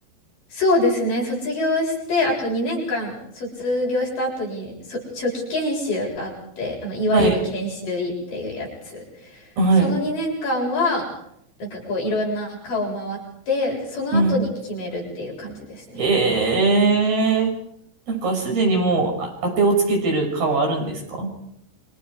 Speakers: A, on the left; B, on the right.
A: そうですね。卒業して、あと2年間卒業した後に、そ、初期研修があって、あの、いわゆる研修医っていうやつ。
B: はい。はい。
A: その2年間は、なんかこういろんな科を回って、その後に決めるっていう感じですね。
B: うん。へえ。なんかすでにもう、あ、当てをつけてる科はあるんですか